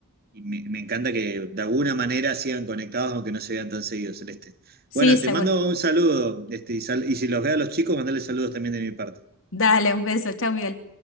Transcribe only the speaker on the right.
y me, me encanta que de alguna manera sigan conectados aunque no se vean tan seguidos, Celeste.
Bueno,
te mando un saludo, este, y, sal- y si los veo a los chicos, mandale saludos también de mi parte.